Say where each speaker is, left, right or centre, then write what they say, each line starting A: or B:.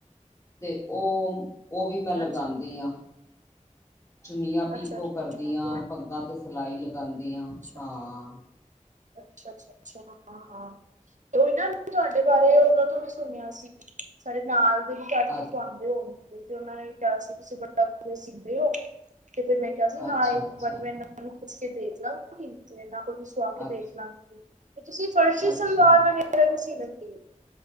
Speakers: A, on the left (about 20°); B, on the right (about 70°).
A: ਤੇ ਉਹ ਉਹ ਵੀ ਮੈਂ ਲਗਾਉਂਦੀ
B: ਹਾਂਜੀ
A: ਹਾਂ। ਚੁੰਨੀਆਂ ਪੀਕੋ
B: ਅੱਛਾ ਅੱਛਾ
A: ਕਰਦੀਆਂ
B: ਅੱਛਾ
A: ਪੱਗਾਂ ਤੇ ਸਿਲਾਈ ਲਗਾਉਂਦੀਆਂ
B: ਅੱਛਾ
A: ਹਾਂ।
B: ਅੱਛਾ ਅੱਛਾ ਹਾਂ ਹਾਂ ਤੇ ਉਹਈ ਨਾ ਤੁਹਾਡੇ ਬਾਰੇ ਉਹਨਾਂ ਤੋਂ ਵੀ ਸੁਣਿਆ ਸੀ ਸਾਡੇ ਨਾਲ ਦੇ ਵੀ ਘੱਟ ਕੇ
A: ਅ
B: ਸੁਵਾਨਦੇ ਹੋਣਗੇ ਤੇ ਉਹਨਾਂ ਨੇ ਵੀ ਕਿਹਾ ਸੀ ਤੁਸੀਂ ਬੜਾ ਦੇ ਹੋ ਤੇ ਫਿਰ ਮੈਂ ਕਿਹਾ ਸੀ
A: ਅੱਛਾ
B: ਹਾਂ ਇੱਕ
A: ਅੱਛਾ
B: ਵਾਰੀ ਮੈਂ ਇਹਨਾਂ ਨੂੰ ਪੁੱਛ ਕੇ ਦੇਖ ਲਵਾ। ਇਹਨਾਂ ਕੋ ਸੁਵਾ ਕੇ
A: ਅੱ
B: ਦੇਖ ਲਾਂਗੀ, ਤੇ ਤੁਸੀਂ ਫਰਸ਼ੀ
A: ਅੱਛਾ
B: ਸਲਵਾਰ ਵਗਰਾ ਰਗੁਸੀ ਲੱਗਦੀ ਏ